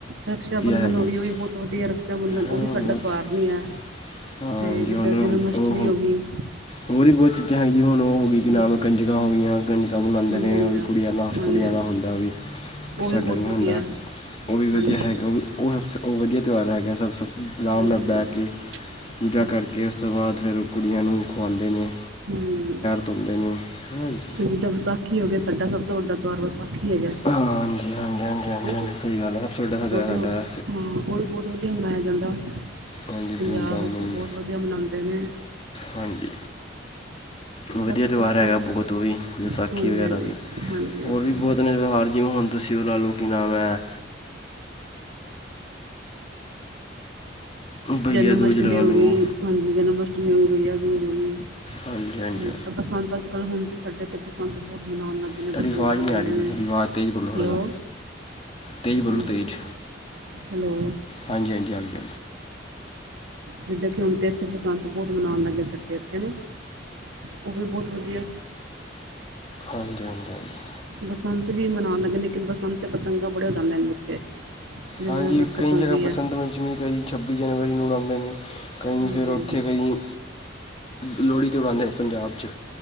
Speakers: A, on the right; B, on the left.
A: ਰਕਸ਼ਾ ਬੰਧਨ
B: ਹੈਗੇ
A: ਹੋ ਵੀ,
B: ਨੇ
A: ਉਹ ਵੀ ਬਹੁਤ ਵਧੀਆ ਰ ਰਕਸ਼ਾ ਬੰਧਨ, ਉਹ
B: ਹਾਂ
A: ਵੀ ਸਾਡਾ ਤਿਵਾਰ
B: ਤਾਂ-
A: ਨਹੀਂ ਹੈ
B: ਹਾਂਜੀ
A: ਤੇ ਜਿੱਦਾਂ
B: ਹੁਣ
A: ਜਨਮ ਅਸ਼ਟਮੀ
B: ਉਹ
A: ਹੋ ਗਈ।
B: ਹੋਰ ਵੀ ਬਹੁਤ ਚੀਜ਼ਾਂ ਹੈਗੀਆਂ ਹੁਣ ਓ
A: ਹਾਂਜੀ
B: ਕਿ ਨਾਮ,
A: ਹਾਂਜੀ
B: ਕੰਜਕਾਂ ਹੋ ਗਈਆਂ-ਕੰਜਕਾਂ ਬਣਾਉਂਦੇ
A: ਹਾਂਜੀ
B: ਨੇ
A: ਹਾਂਜੀ
B: ਉਹ ਵੀ,
A: ਹਾਂਜੀ
B: ਕੁੜੀਆਂ ਦਾ, ਮੁੰਡਿਆ
A: ਹਾਂਜੀ
B: ਦਾ ਹੁੰਦਾ ਉਹ ਵੀ।
A: ਉਹ ਵੀ
B: ਸਾਡਾ
A: ਬਹੁਤ
B: ਨਹੀਂ
A: ਵਧੀਆ
B: ਹੁੰਦਾ ਉਹ ਵੀ, ਵਧੀਆ
A: ਹਾਂਜੀ
B: ਹੈਗਾ
A: ਹਾਂਜੀ
B: ਉਹ ਉਹ ਸਕੋ ਵਧੀਆ ਤਿਉਹਾਰ ਹੈਗਾ, ਸਭ ਸ ਆਰਾਮ
A: ਹਾਂਜੀ
B: ਨਾਲ ਬਹਿ
A: ਹਾਂਜੀ
B: ਕੇ ਪੂਜਾ
A: ਹਾਂਜੀ
B: ਕਰਕੇ, ਉਸ ਤੋਂ ਬਾਅਦ ਫਿਰ ਉਹ ਕੁੜੀਆਂ ਨੂੰ ਖਆਉਂਦੇ ਨੇ।
A: ਹਾਂਜੀ।
B: ਤਮਦੇ ਨੇ ਹਾਂ <unintelligible>
A: ਜਿੱਦਾਂ ਵਿਸਾਖੀ ਹੋ ਗਿਆ, ਸਾਡਾ ਸਭ ਤੋਂ ਵੱਡਾ ਤਿਹਾਰ ਵਿਸਾਖੀ ਹੈਗਾ।
B: ਹਾਂ, ਹਾਂਜੀ, ਹਾਂਜੀ, ਹਾਂਜੀ, ਹਾਂਜੀ,
A: ਕਿਉਂਕਿ
B: ਹਾਂਜੀ, ਸਹੀ ਗੱਲ ਹੈ! ਸਭ ਤੋਂ ਵੱਡਾ
A: ਉਦੋਂ
B: ਤਿਉਹਾਰ
A: ਤਾਂ
B: ਹੈਗਾ।
A: ਹਾਂ ਉਹ ਵੀ ਬਹੁਤ ਵਧੀਆ ਮਨਾਇਆ ਜਾਂਦਾ,
B: ਹਾਂਜੀ
A: ਪੰਜਾਬ
B: ਧੂਮਧਾਮ
A: ਵਿੱਚ
B: ਨਾਲ
A: ਬਹੁਤ ਵਧੀਆ ਮਨਾਉਂਦੇ ਨੇ।
B: ਹਾਂਜੀ। ਵਧੀਆ
A: ਬਾਕੀ
B: ਤਿਉਹਾਰ
A: ਸਭ
B: ਹੈਗਾ
A: ਤੋਂ
B: ਬਹੁਤ ਉਹ ਵੀ, ਵਿਸਾਖੀ
A: ਹਾਂਜੀ
B: ਵਗੈਰਾ
A: ਹਾਂਜੀ
B: ਵੀ।
A: ਹਾਂਜੀ ਹਾਂਜੀ
B: ਹੋਰ ਵੀ ਬਹੁਤ ਨੇ ਤਿਓਹਾਰ, ਜਿਵੇਂ ਹੁਣ ਤੁਸੀਂ ਓ ਲਾ ਲਓ ਕੀ ਨਾਮ ਹੈ ਭਈਆ
A: ਜਨਮਅਸ਼ਟਮੀ
B: ਦੂਜ ਲਗਾ
A: ਹੋ
B: ਲਓ
A: ਗਈ, ਹਾਂਜੀ, ਜਨਮਅਸ਼ਟਮੀ ਹੋ ਗਈ ਭਈਆ ਦੂੂਜ ਹੋ ਗਈ।
B: ਹਾਂਜੀ ਹਾਂਜੀ
A: ਹੁਣ ਬਸੰਤ ਅੱਜ ਕੱਲ੍ਹ ਹੁਣ ਤੇ ਸਾਡੇ ਇੱਥੇ ਬਸੰਤ ਬਹੁਤ ਮਨਾਣ ਲੱਗ
B: ਤੁਹਾਡੀ
A: ਪਤੰਗਗਾ
B: ਆਵਾਜ਼
A: ਉਦਾਂਦੇ
B: ਨਹੀਂ ਆ ਰਹੀ ਜੀ
A: ਨੇ,
B: ਤੁਹਾਡੀ ਆਵਾਜ਼ ਤੇਜ਼ ਬੋਲੋ ਥੋੜ੍ਹਾ
A: ਹੈਲੋ
B: ਜਿਹਾ ਤੇਜ਼ ਬੋਲੋ
A: ਹਾਂਜੀ।
B: ਤੇਜ਼
A: ਹੈਲੋ।
B: ਹਾਂਜੀ, ਹਾਂਜੀ, ਹਾਂਜੀ।
A: ਜਿੱਦਾਂ ਕਿ ਹੁਣ ਤਾਂ ਇੱਥੇ ਬਸੰਤ ਬਹੁਤ ਮਨਾਣ ਲੱਗਗੇਏ ਸਾਡੇ ਇੱਥੇ ਨਾ, ਉਹ ਵੀ ਬਹੁਤ ਵਧੀਆ
B: ਹਾਂਜੀ, ਹਾਂਜੀ, ਹਾਂਜੀ।
A: ਬਸੰਤ ਵੀ ਮਨਾਣ ਲੱਗੇ ਲੇਕਿਨ ਬਸੰਤ ਤੇ ਪਤੰਗਾ ਬੜੇ ਉਡਾਦੇ ਨੇ ਬੱਚੇ। ਜਿਹਦੇ
B: ਹਾਂਜੀ,
A: ਨਾਲ ਦਿੱਕਤ
B: ਕਈ
A: ਹੁੰਦੀ
B: ਜਗ੍ਹਾ ਬਸੰਤ-ਪੰਚਮੀ
A: ਹੈ
B: ਕਈ ਛੱਬੀ ਜਨਵਰੀ ਨੂੰ ਉੜਾਂਦੇ ਨੇ। ਕਈ
A: ਹਾਂਜੀ
B: ਫੇਰ ਉੱਥੇ
A: ਹਾਂਜੀ
B: ਕਈ, ਲੋਹੜੀ ਤੇ ਉਡਾਂਦੇ ਨੇ ਪੰਜਾਬ ਚ।